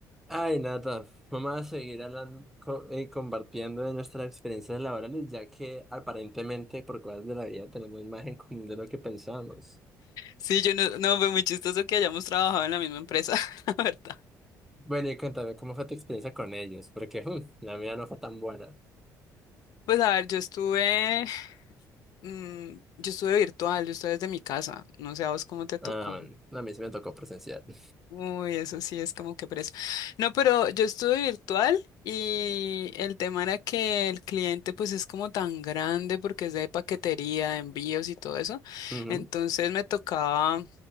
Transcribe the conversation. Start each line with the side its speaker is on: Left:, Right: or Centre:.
Centre: Ay, Nata, vamos a seguir hablando, co- eh, compartiendo de nuestras experiencias laborales, ya que aparentemente por cosas de la vida tenemos más en común de lo que pensamos.
Left: Sí, yo no, no, fue muy chistoso que hayamos trabajado en la misma empresa, <laughs> la verdad.
Centre: Bueno, y cuéntame cómo fue tu experiencia con ellos, porque mm, la mía no fue tan buena.
Left: Pues a ver, yo estuve, mm, yo estuve virtual, yo estuve desde mi casa, no sé a vos cómo te tocó.
Centre: Ah, bueno, a mí sí me tocó presencial. <laughs>
Left: Uy, eso sí es como que preso. No, pero yo estuve virtual y el tema era que el cliente pues es como tan grande porque es de paquetería, de envíos y todo eso.
Centre: Ujú,
Left: Entonces me tocaba